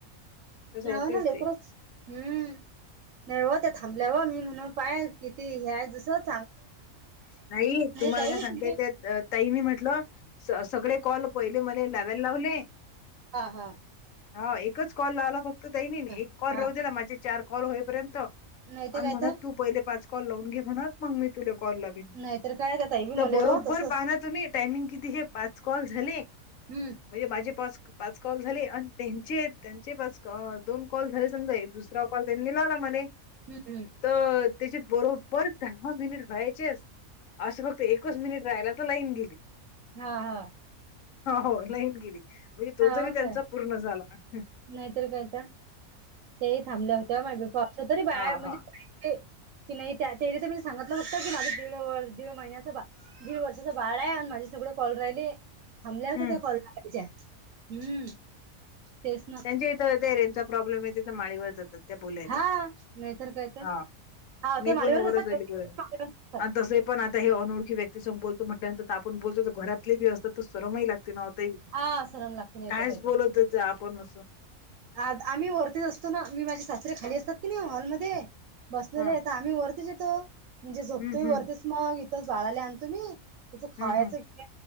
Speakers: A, on the left (about 70°); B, on the right (about 70°).
A: तसं
B: ह्याव
A: होतेच
B: ना लेकरच
A: ते
B: हम्म नाहीव त्या थांबल्यावर मी म्हण पाय किती ह्याय जसत
A: नाही तुम्हाला
B: ताई
A: काय सांगते
B: तुम्ही
A: त्या ताईनी म्हटलं स सगळे कॉल पहिले मले लावये लावले.
B: आ हा.
A: हा एकच कॉल लावला फक्त ताई मीन
B: ह
A: एक कॉल
B: हा
A: राहू देला माझे चार कॉल होईपर्यंत.
B: नाहीतर
A: आणि
B: काय
A: म्हणत
B: तर
A: तू पहिले पाच कॉल लावून घे म्हणत मग मी तुला कॉल लाग
B: नाही तर काय त्या ताई बी
A: तर
B: मले
A: बरोबर
B: हो तसच
A: पाह ना तुम्ही टायमिंग किती हे पाच कॉल झाले.
B: हम्म
A: वय माझे पाच पाच कॉल झाले आणि त्यांचे त्यांचे पाच दोन कॉल झाले समजा एक दुस ट्र कॉल त्यांनी लावला म्हणे.
B: हम्म हम्म.
A: तर त्याच्यात बरोबर दहा मिनिट व्हायेत. चेस असं फक्त एकच मिनिट राहीला तर लाईन गेली.
B: हा हा.
A: हो लाईन गेली म्हणजे तो
B: हाव
A: जरी त्यांचा
B: काय
A: पूर्ण झाला हम्म.
B: नाहीतर काय आता तेही थांबल्या होत्या मा बी <unintelligible> तरी बाया
A: हा
B: म्हणजे ते की नाही त्या त्यारी तर मी सांगितलं फक्त की माझा दीड व दीड महिन्याचा बा दीड वर्षाचं बाळ आहे आणि माझे सगळ कॉल राहिले. थांबल्या होता
A: हम्म
B: त्या तर कॉलचा हम्म. तेच ना
A: त्यांच्या इथं ते रेंजचा प्रॉब्लेम आहे तिथं माळीवर जातात. त्या बोलायली
B: हा नाहीतर काय तर
A: हा
B: हा
A: मी
B: ते माळीवरच
A: पण वरच
B: असतात
A: राली कर. आणि तसं पण आता हे अनोळखी व्यक्ती सम बोलतो म्हटल्यानंतर आपण बोलतो तर घरातले बी असतात तर सरमही लागतेय नव्हतही.
B: हा सरम लागते नाही
A: काहीच
B: तर काय
A: बोलत
B: तर
A: जा आपण असं.
B: आ आम्ही वरतीच असतो ना मी माझी सासरे खाली असतात की नाही हॉलमध्ये बसलेले
A: ह
B: आहेे का आम्ही वरतीच येतो म्हणजे झोपतोय
A: हम्म हम्म
B: वरतीच मग इथच बाळाला आणतो मी. त्याचं खावायचं
A: हम्म
B: घे